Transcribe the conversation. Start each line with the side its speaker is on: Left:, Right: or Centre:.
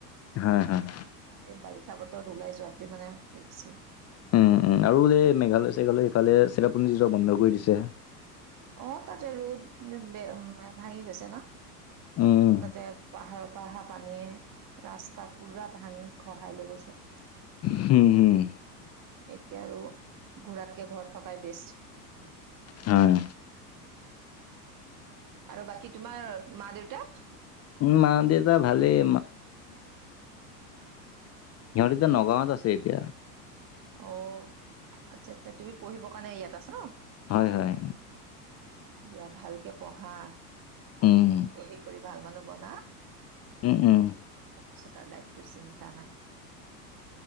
Left: হয় হয়।
Right: এই বাৰিষা বতৰত ওলাই যোৱাতোৱে মানে ৰিক্সি।
Left: উম উম আৰু যে এই মেঘালয় চেঘালয় সিফালে চেৰাপঞ্জী যোৱা বন্ধ কৰি দিছে।
Right: অঁ' তাতে ৰ'দ ভাঙি গৈছে ন'
Left: উম
Right: তাতে- পাহাৰৰ পৰা অহা পানীয়ে ৰাস্তা পুৰা ভাঙি খহাই লৈ গৈছে।
Left: হম হুম।
Right: এতিয়া আৰু ঘূৰাতকে ঘৰত থকাই বেষ্ট।
Left: হয়
Right: আৰু বাকী তোমাৰ মা-দেউতা?
Left: মা-দেউতা ভালেই। সিহঁতিতো নগাঁৱত আছে এতিয়া।
Right: অঁ' আচ্ছা-আচ্ছা-আচ্ছা' তুমি পঢ়িবৰ কাৰণে ইয়াত আছা?
Left: হয় হয়।
Right: দিয়া ভালকে পঢ়া।
Left: উমঁ।
Right: পঢ়ি কৰি ভাল মানুহ বনা।
Left: উম উম।
Right: তাৰপিছত আৰু লাইফটো চিন্তা নাই।